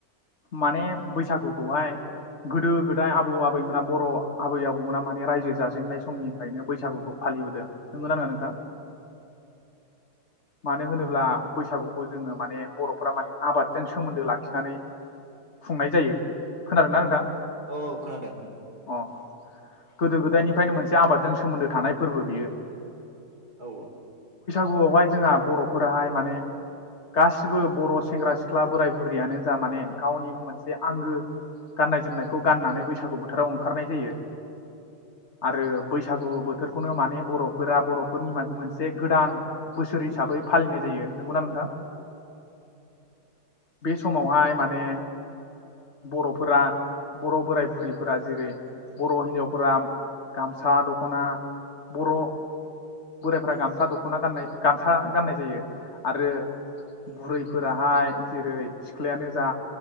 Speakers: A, on the left; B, on the right.
A: माने बैसागुखौहाय गोदो गोदाय आबौ आबैमोना बर' आबै आबौमोना माने रायजो जाजेननाय समनिफ्रायनो बैसागुखौ फालिबोदों। नंगौ ना नङा नोंथां? मानो होनोब्ला बैसागुखौ जोङो माने बर'फोरा माने आबादजों सोमोन्दो लाखिनानै खुंनाय जायो। खोनादोंना नोंथां
B: औ खोनादों।
A: अ गोदो गोदायनिफ्रायनो मोनसे आबादजों सोमोन्दो थानाय फोरबो बियो।
B: औ
A: गुआवहाय जोंहा बर'फोराहाय माने गासिबो बर' सेंग्रा सिख्ला बोराय बुरियानो जा माने गावनि मोनसे बे आंगो गाननाय जोमनायखौ गाननानै बैसागु बोथोराव ओंखारनाय जायो आरो बैसागु बोथोर खौनो माने बर'फोरा बर'फोरनि मान मोनसे गोदान बोसोर हिसाबै फालिनाय जायो। नंगौ ना नोंथां? बे समावहाय माने बर'फोरा बर' बोराय बुरैफोरा। जेरै बर' हिनजावफोरा गामसा दख'ना बर' बोराइफ्रा गाम सा दख'ना गाननाय गामसा गाननाय जायो आरो बुरैफोराहाय जेरै सिख्लायानो जा